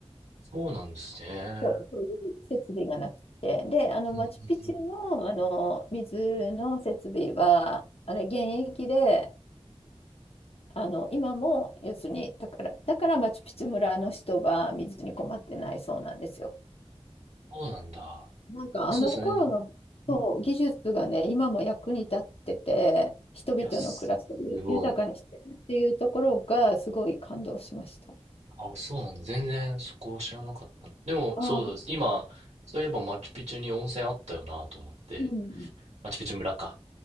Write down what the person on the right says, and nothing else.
そうなんですね。
うんうんうん。
そうなんだ。
あ、そうですよね。
うん。い
や、すすごい。あ、そうなんだ。全然そこを知らなかった。でも、
そうです。今、そういえばマチュピチュに温泉あったよなと思って。
マチュピチュ村か。